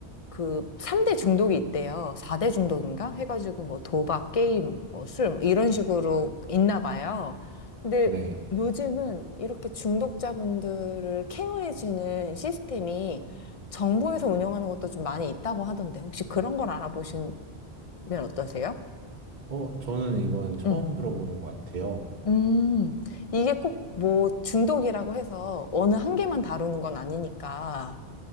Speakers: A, on the left (about 40°); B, on the right (about 45°).
A: 그 3대 중독이 있대요. 4대 중독인가? 해가지고 뭐 도박, 게임, 뭐 술, 뭐 이런 식으로 있나 봐요. 근데
B: 네.
A: 요즘은 이렇게 중독자분들을 케어해주는 시스템이 정부에서 운영하는 것도 좀 많이 있다고 하던데, 혹시 그런 걸 알아보시면 어떠세요?
B: 어, 저는 이건 처음
A: 음.
B: 들어보는 것 같아요.
A: 음, 이게 꼭 뭐 중독이라고 해서 어느 한 개만 다루는 건 아니니까.